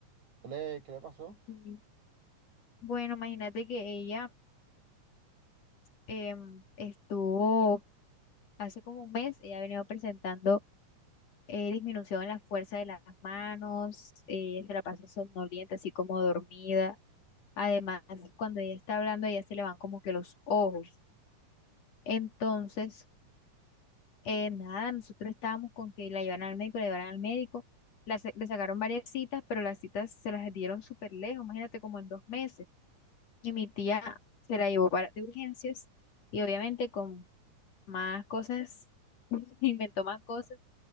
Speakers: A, on the right; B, on the left.
A: ¿Qué le, qué le pasó?
B: Sí. Bueno, imagínate que ella em, estuvo hace como un mes, ella ha venido presentando eh, disminución en la fuerza de las manos, eh, se la pasa somnolienta, así como dormida Además, cuando ella está hablando, ella se le van como que los ojos. Entonces, eh, nada, nosotros estábamos con que la llevaran al médico, la llevaran al médico. La sa- le sacaron varias citas, pero las citas se las dieron súper lejos, imagínate como en dos meses. Y mi tía se la llevó para de urgencias y obviamente con más cosas, <laughs> inventó más cosas.